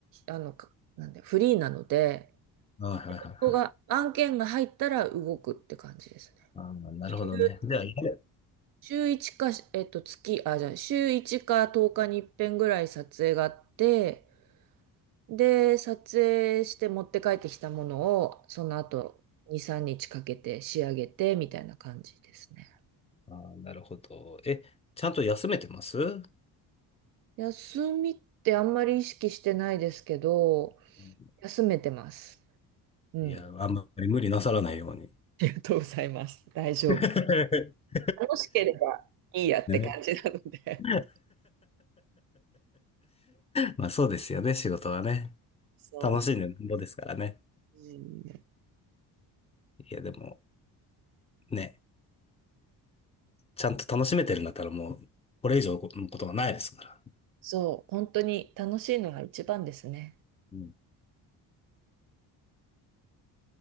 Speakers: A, on the right; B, on the left.
A: あの、かなんで、フリーなので、
B: いはいはいはい。
A: ここが、案件が入ったら動くって感じですね。
B: あーなるほどね。
A: 週、
B: では、やる。
A: 週1か、えっと、月、あ、じゃあ、週1か10日に一遍ぐらい撮影があって、で、撮影して持って帰ってきたものを、その後、2、3日かけて仕上げて、みたいな感じですね。
B: ああなるほど。え、ちゃんと休めてますう
A: 休みってあんまり意識してないですけど、
B: ん
A: 休めてます。うん。
B: いや、
A: あ
B: あんまり無理なさらないように。
A: りがとうございます。大丈夫。
B: <laughs>
A: 楽しければいいやって感じなので。
B: ね <laughs>
A: <laughs>
B: まあそうですよね、仕事はね。
A: そ
B: 楽しんでなんぼですからね。
A: う。うん、
B: いや、でも、ね、ちゃんと楽しめてるんだったらもう、これ以上のことはないですから。
A: そう、本当に楽しいのが一番ですね。
B: うん